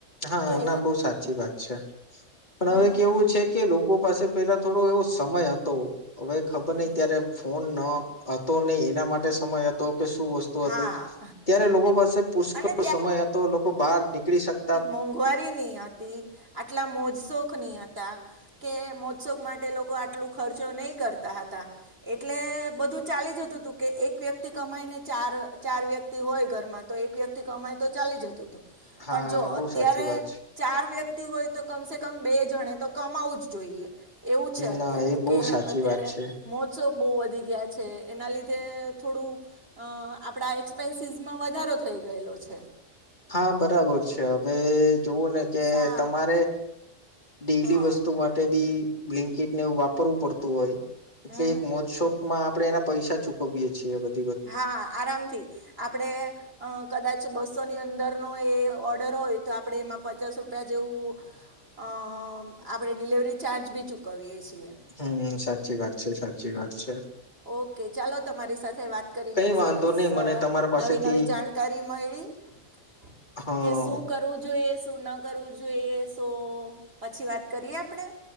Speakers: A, on the left; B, on the right.
A: હા
B: કે
A: ના બહુ સાચી વાત છે. પણ
B: હમ
A: હવે કેવું છે કે લોક બહુ પાસે પેલા થોડો એવો સમય હતો હવે ખબર
B: હમ
A: નહ ત્યારે ફોન ના હતો નહી એના માટે સમય હતો કે શું વસ્તુ હતી
B: હા
A: ત્યારે લોકો પાસે પુષ્કળ
B: અને
A: સમય હતો લોકો બહાર નીકળી શક
B: મોંઘવારી ની હતી આટલા મોજશોખ નહીં હતા. કે મોત્સવ માટે લોકો આ એટલું ખર્ચો નહી કરતા એટલે બધું ચાલી જતું હતું કે એક વ્યક્તિ કમાઈ ને ચાર ચાર ચાર વ્યક્તિ હોય ઘરમાં તો એક વ્યક્તિ કમાય તો ચાલી જતું તું. પણ
A: હા
B: જો
A: બહુ
B: અત્યારે
A: સાચી વાત છે
B: ચાર વ્ય તી હોય તો કમ સે કમ બે જણે તો કમાવું જ જોઈએ. એવું છે અત્યારે
A: ના એ બહુ
B: કે
A: સાચી
B: અત્યારે
A: વાત છે
B: મોસો બહુ વધી ગયા છે એના લીધ તે થોડું અહ આપડા એક્સપેન્સીસમાં વધારો થઈ ગયેલો છે.
A: હા, બરાબર છે હવે જોવું ને કે
B: સા
A: તમારે ડેલી
B: હા
A: વસ્તુ માટે બી બ્લિન્કીટ ને એવું વાપરવું પડતું હોય. એટલે
B: હમ
A: એક મોજશોક માં આપડે એના પૈસા ચુકવીયે છીએ બ
B: હા, આરામથી આપડે અહ કદાચ બસો ની અંદર નો એ ઓર્ડર હોય તો આપડે એમાં પચાસ રૂપિયા જેવું અહ આપડે ડિલિવરી ચાર્જ ભી ચુકવીય છીએ.
A: હમ્મ સાચી વાત છે સાચી વાત છે.
B: ઓકે ચાલો તમારી સાથે વાત કરીને
A: કઈ
B: સરસ
A: વાંધો નહી મને
B: અહ
A: તમારા પાસેથી
B: નવી નવી જાણકારી મઈળી. તી
A: હા
B: કે શું કરવું જોઈએ શું ન કરવું જોઈએસ. તો પછી વાત કરીએ આપડે.